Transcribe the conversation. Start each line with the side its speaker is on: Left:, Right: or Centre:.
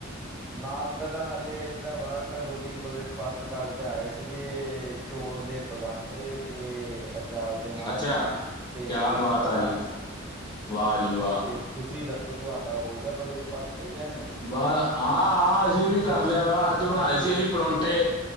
Centre: ਨਾਸ ਤਾਂ ਤਾਂ ਹਾਲੇ ਇੱਦਾਂ ਵਾ ਕ ਉਹਦੀ ਬ੍ਰੇਕਫਾਸਟ ਕਰਕੇ ਆਏ ਸੀਗੇ ਚੌਲ ਦੇ ਪਕਾ ਫਿਰ ਤੇ ਅਚਾਰ ਦੇ ਨਾਲ
Left: ਅੱਛਾ
Centre: ਤੇ
Left: ਕਿਆ ਬਾਤ
Centre: ਚਾਹ
Left: ਆ ਜੀ
Centre: ਹੂ
Left: ਵਾਹ ਜੀ ਵਾਹ
Centre: ਤੇ ਤੁਸੀਂ ਦੱਸੋ ਤੁਹਾਡਾ ਹੋ ਗਿਆ ਬ੍ਰੇਕਫਾਸਟ ਜਾਂ ਨਹੀਂ
Left: ਹਾਂ ਹਾਂ ਅਸੀਂ ਵੀ ਕਰ ਲਿਆ ਵਾ ਅੱਜ ਬਣਾਏ ਸੀ ਅਸੀਂ ਪਰੌਂਠੇ